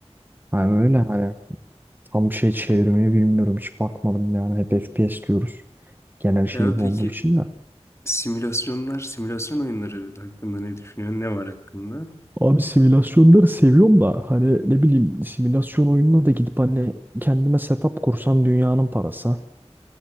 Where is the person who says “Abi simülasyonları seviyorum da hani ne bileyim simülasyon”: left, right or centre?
Right